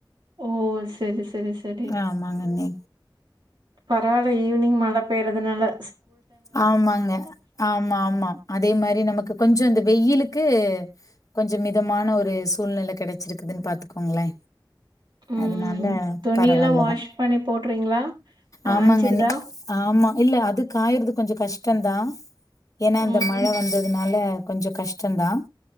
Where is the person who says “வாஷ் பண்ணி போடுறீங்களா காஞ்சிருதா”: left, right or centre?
Right